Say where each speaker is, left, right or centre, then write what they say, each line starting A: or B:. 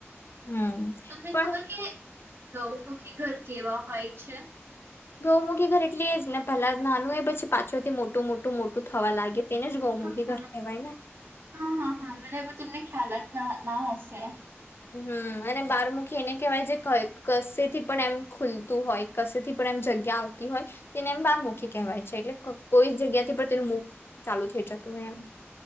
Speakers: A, on the left; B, on the right.
A: હમ
B: તમને
A: પણ.
B: ખબર કે ગૌમુખી ઘર કેવા હોય છે.
A: ગૌમુખીઘર એટલે એ જ ને પેલા નાનું એ પછી પાછળ થી મોટું મોટું મોટું થવા લાગે તેને જ ગૌમુખી
B: હ હા
A: ઘર કહેવાય ને
B: હા હા હા મને એવો તમને ખ્યાલ ના ના હશે.
A: હમ્મ અને બારમુખી એને કહેવાય છે કશે થી પણ એમ ખુલતું હોય કસેથી પણ એમ જગ્યા આવતી હોય તેને એમ બારમુખી કહેવાય છે એટલે કોઈ જગ્યાથી પણ તેનું મુખ ચાલુ થઈ જતું હોય એમ.